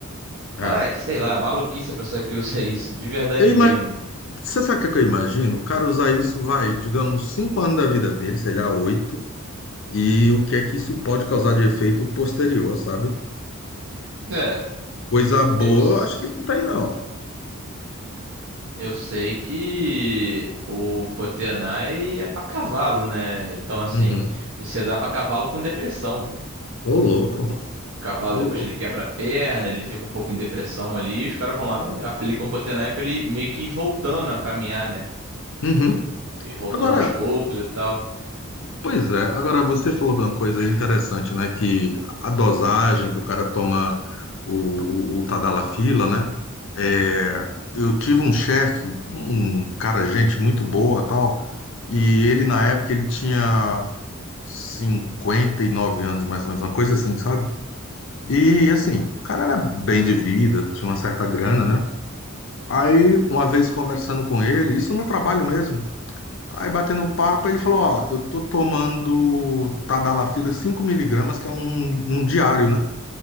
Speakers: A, on the left; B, on the right.
A: É,
B: Ai,
A: é.
B: sei lá, maluquice a pessoa que usa <laughs> isso, de verdade
A: Eu ima...
B: mesmo.
A: Você sabe o que, é que eu imagino? O cara usar isso, vai, digamos, cinco anos da vida dele, sei lá, oito, e o que é que isso pode causar de efeito posterior, sabe?
B: É,
A: Coisa boa,
B: eu, s-
A: acho que não tem, não.
B: eu sei que o Potenai é pra cavalo, né? Então, assim,
A: Uhum.
B: e você dá pra cavalo com depressão.
A: Ô, louco,
B: cavalo,
A: ô,
B: depois
A: louco.
B: ele quebra a perna, ele fica um pouco em depressão ali, e os caras vão lá e aplicam Potenai pra ele meio que ir voltando a caminhar, né?
A: Uhum.
B: E voltando
A: Agora,
B: aos poucos e tal.
A: Pois é, agora você falou de uma coisa interessante, né? Que a dosagem que o cara toma o, o, o Tadalafila, né? É, eu tive um chefe, um cara, gente muito boa tal, e ele na época ele tinha 59 anos, mais ou menos, uma coisa assim, sabe? E assim, o cara era bem de vida, tinha uma certa grana, né? Aí, uma vez conversando com ele, isso no trabalho mesmo. Aí batendo papo, ele falou, ó, eu tô tomando Tadalafila cinco miligramas que é um, um diário, né?